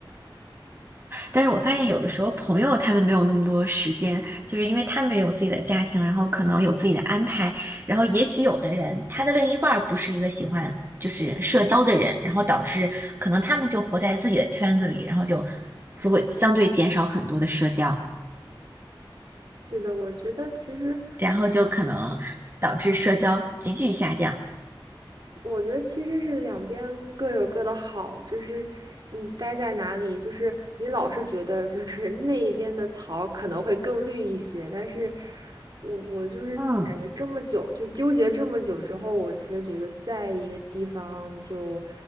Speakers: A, on the right; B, on the right.
A: 但是我发现有的时候朋友他们没有那么多时间，就是因为他们也有自己的家庭，然后可能有自己的安排，然后也许有的人他的另一半儿不是一个喜欢就是社交的人，然后导致可能他们就活在自己的圈子里，然后就就会相对减少很多的社交，
B: 是的，我觉得其实。
A: 然后就可能导致社交急剧下降。
B: 我觉得其实是两边各有各的好，就是你待在哪里，就是你老是觉得就是那一边的草可能会更绿一些，但是我我就是感觉这么久就纠结这么久之后，
A: 嗯。
B: 我其实觉得在一个地方就